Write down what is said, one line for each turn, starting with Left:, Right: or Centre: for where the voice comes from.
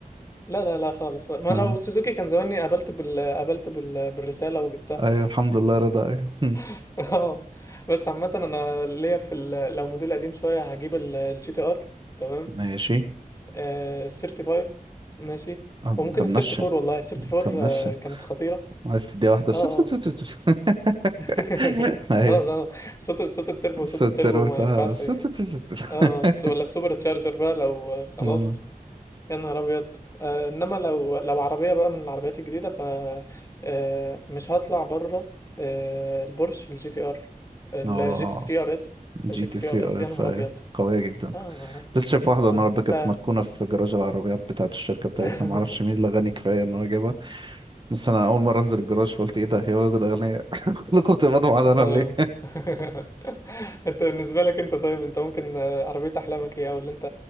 Left: لا لا لا خالص ما
Right: <laughs>
Left: لو سوزوكي كان زماني قابلت بال... قابلت بال... بالرسالة وجبتها
Right: ايوه الحمد لله رضا ايوه <laughs> هم،
Left: <laughs> اه بس عامة أنا ليا في ال... لو موديل قديم شوية هجيب الجي تي ار تمام
Right: ماشي
Left: آه، ال 35 ماشي
Right: آه، انت
Left: وممكن
Right: منشن
Left: ال 34 والله ال 34
Right: انت منشن
Left: آه، كانت خطيرة
Right: عايز تديها واحدة سو
Left: اه
Right: تو
Left: اه
Right: تو تو تو.
Left: <laughs>
Right: <laughs> ايوه
Left: اه لا صوت صوت التربو صوت
Right: ستر
Left: التربو
Right: بتاعها
Left: ما ينفعش اه
Right: سو تو تو تو تو. <laughs>
Left: آه، الس- ولا السوبر تشارجر بقى لو آه، خلاص
Right: مم.
Left: يا نهار ابيض آه، انما لو لو عربية بقى من العربيات الجديدة ف آه، مش هطلع بره آه، البورش الجي تي ار الجي
Right: اه
Left: تي 3 ار اس
Right: جي
Left: الجي
Right: تي
Left: تي 3
Right: 3
Left: ار اس
Right: ار
Left: يا
Right: اس
Left: نهار
Right: ايوه
Left: ابيض
Right: قوية جدا
Left: اه ما-
Right: لسه شايف واحدة
Left: اه
Right: النهاردة كانت
Left: ده
Right: مركونة في جراج العربيات بتاعة الشركة بتاعتنا
Left: <laughs>
Right: معرفش مين اللي غني كفاية ان هو جابها بس انا اول مرة انزل الجراج فقلت ايه ده يا ولد الاغنياء <laughs> كلكم بتقبضوا معانا
Left: اه
Right: ليه
Left: <laughs> انت بالنسبة لك انت طيب انت ممكن آه، عربية احلامك ايه او اللي انت